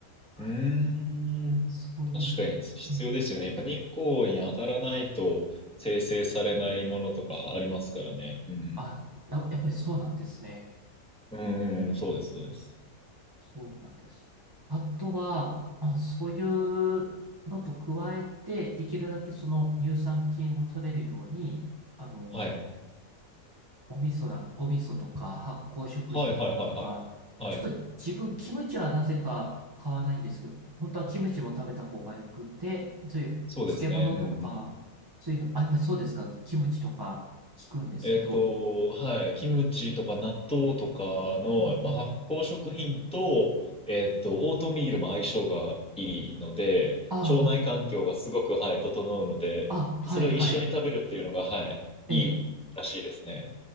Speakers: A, on the right; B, in the centre.
A: はい。
B: うーん。
A: そういう、
B: 確かに必要ですよね。
A: えー
B: やっぱ日光に当たらないと生成されないものとかありますからね。うん。
A: あ、や、やっぱりそうなんですね。
B: うんうん、そうです、そうです。
A: そうなんです。あとは、まあ、そういうのと加えて、できるだけその乳酸菌を取れるように、あの、
B: はい。
A: お味噌だ、お味噌とか発酵食品とか、
B: はい、はい、はい、はい。はい。
A: ちょっと自分キムチはなぜか買わないんですけど、本当はキムチも食べた方がよくて、そういう漬物とか、
B: そうですね。うんうん。
A: そういうの、あ、やっぱりそうですか、キムチとか聞くんですけど、
B: えっと、はい。キムチとか納豆とかの、
A: うんうん。
B: やっぱ発酵食品と、えっと、オートミールも相性がいいので、
A: あ
B: 腸内環境がすごく、はい、整うので、
A: あ、あ、はいはい。
B: それを一緒に食べるっていうのが、はい、いいらしいですね。
A: ええ